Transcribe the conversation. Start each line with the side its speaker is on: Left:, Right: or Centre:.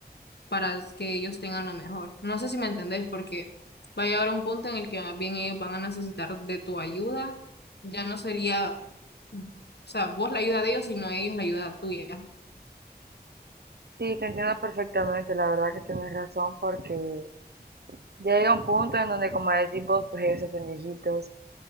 Left: para que ellos tengan lo mejor. No sé si me entendés, porque va a llegar un punto en el que más bien ellos van a necesitar de tu ayuda. Ya no sería, o sea, vos la ayuda de ellos, sino ellos la ayuda tuya.
Right: Sí, te entiendo perfectamente, la verdad que tienes razón porque ya llega un punto en donde, como decís vos, pues ellos se hacen viejitos